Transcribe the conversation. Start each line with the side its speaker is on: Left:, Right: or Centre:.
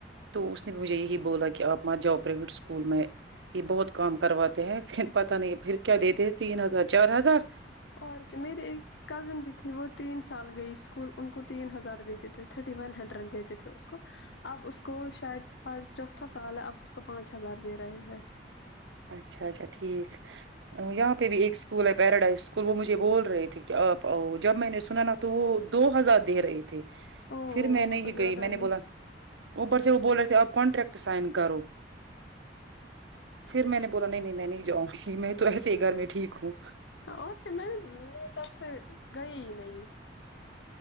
Right: تو اس نے مجھے یہی بولا کہ آپ ماںت جاؤ پرائیویٹ اسکول میں یہ بہت کام کرواتے ہیں پھر پت نہیں پھر کیا دیتے ہیں تین ہزار چار ہزار
Left: اور کیا میرری ایک کزن بھی تھی وہ تین سال گئی اسکول ان کو تین ہزار دیتے تھے تھرٹی ون ہنڈریڈ دیتے تھے اس کو اب اس کو شاید آج چوتھا سال ہے اب اس کو پانچ ہزار دے رہے ہے
Right: اچھا اچھا ٹھیک یہاں پہ بھی ایک اسکول ہے پیراڈائز اسکول وہ مجھے بول رہے تھے کہ آپ آؤ جب میں نے سنا نا تو وہ دو ہزار دے رہے تھے
Left: او
Right: پھر میں نہیں
Left: تو زیادہ
Right: گئی میں
Left: ہی
Right: نے بولا اوپر سے وہ بول رہے تھے آپ کانٹریکٹ سائن کرو پھر میں نے بولا نہیں میں نہیں جؤں گی میں تو ایسے میں ٹھیک ہوں
Left: ہاں اور کیا میں نے میں تو آب سے گئی نہیں